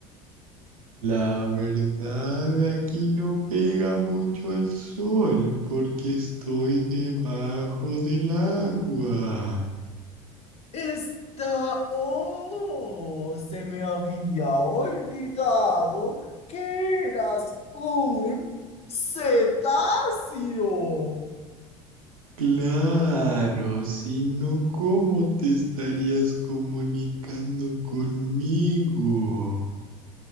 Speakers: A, on the right (about 80°); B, on the left (about 35°).
A: La verdad, aquí no pega mucho el sol porque estoy debajo del agua.
B: Está, oh, se me había olvidado que eras un cetáceo.
A: Claro, si no, ¿cómo te estarías comunicando conmigo?